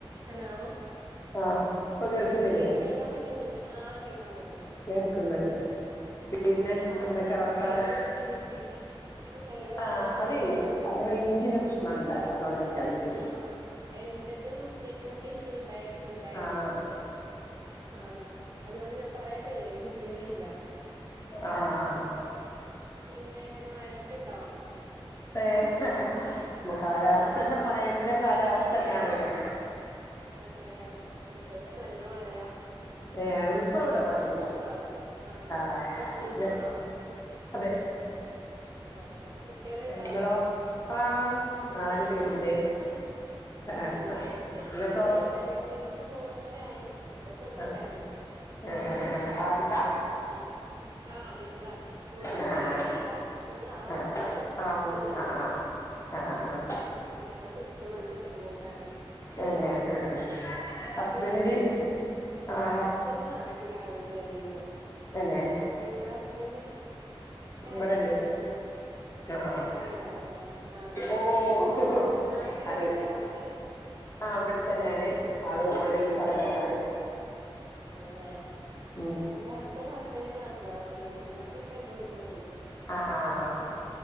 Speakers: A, on the right; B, on the left.
A: Hello
B: ആഹ് ഇപ്പൊ കേൾക്കുന്നില്ലേ
A: ഹലോ കേൾക്കാൻ പറ്റുന്നുണ്ട ആഹ് കേൾക്കാൻ പറ്റുന്നുണ്ട്
B: കേൾക്കുന്നുണ്ട് പിന്നെ
A: ആഹ്
B: എന്തൊക്കെ വർത്താനം.
A: നേരത്തെ വിളിച്ച കിട്ടിയില്ല ആഹ് നല്ലതാണ്
B: ആഹ്
A: അവിടെയോ
B: അതെ യ്യേ ആ റേഞ്ചിന്റെ പ്രശ്നുണ്ട് അതോണ്ടറ്റായിരിക്കും.
A: ആഹ് എന്റതും നെറ്റ് വർക്ക് ഇഷ്യൂ ഉണ്ടായി ഉണ്ടായിരുന്നു
B: ആഹ്
A: ആഹ് അതോണ്ട് ഞാൻ കൊറേ ട്രൈ ചെയ്ത് കിട്ടിയതേ ഇല്ല
B: ആഹ് ആഹ്
A: പിന്നെ എങ്ങനെ മഴെക്കെണ്ടോ
B: പേ ഹേ ഹേ ഹേ കാലാവസ്ഥന്നെ
A: മഴ
B: മയെന്റെ കാലാവസ്ഥ ന്നാണല്ലോ.
A: ആണ്ലേ ഇവിടേയും നല്ല മഴയാ
B: ഏഹ്
A: ഇന്നിപ്പോ
B: ഇപ്പൊ ഇവിടെ
A: കൊർച്ച്
B: മഴയില്ല
A: കൊറവ്. ആഹ്
B: ആഹ്
A: ഹൗസ് വൈഫാണോ
B: അതെ
A: ആഹ് കുട്ടികളുണ്ടോ
B: ഇങ്ങളോ ആഹ് നാല്
A: ഞാന്
B: പേരുണ്ട്
A: ഹൗസ് വൈഫാണ്.
B: ആഹ്
A: ആണ്ലേ ഞാന്
B: ഇങ്ങക്കോ
A: കല്യാ ണം കഞ്ഞിട്ട് മൂന്ന് വർഷായി ഇപ്പ പ്രെഗ്നന്റാണ്.
B: ആഹ് ആഹ് ആഹ് ആഹ് ആദ്യത്താ
A: ആഹ് ആഹ് അദ്യത്തതാ മൂന്ന്
B: ആഹ്
A: വർഷം ആയിട്ടില്ല. മൂന്ന് ആവുപ്പൊ
B: ആഹ് ആഹ് മൂ
A: ഡിസംബറില്
B: ആഹ് ആഹ് ആഹ് ആഹ് ആഹ്
A: ഇപ്പ സിക്സ്ത് മന്ത് പ്രഗ്നന്റാണ്.
B: എന്നെ ആഹ് ആഹ് ഹസ്ബൻഡ്
A: ഉണ്ടല്ലോ അടുത്ത്
B: ആഹ്
A: ഹസ്ബൻഡ് നാട്ടിലാണ് ജോലീയ്ന്നേ
B: തന്നെ
A: നിങ്ങടെ ഹസ്ബൻഡ് ഫാബ്രിക്കേഷന്റെ
B: ഇവിടെണ്ട് ആഹ് ആഹ്
A: അറിയോ അ പറഞ്ഞ ആഹ്
B: ഓഹ്
A: നാട്ടിലാണ്ലെ
B: അറി
A: വർക്ക്
B: ആഹ് ഇവ്ട് തന്നേണ് ആള് ഓൺലൈൻ സർവീസാണ്.
A: ആണ്ലേ?
B: ഉം
A: ന്റെ ഹസ്ബൻഡ് ഹസ്ബന്റിന്റെ നാട്ട്ലാ വർക്കെയ്യ്ന്നേ ഞാനിപ്പ ന്റെ വീട്ട്ലാള്ളത്.
B: ആഹ് ആഹ് ഹാ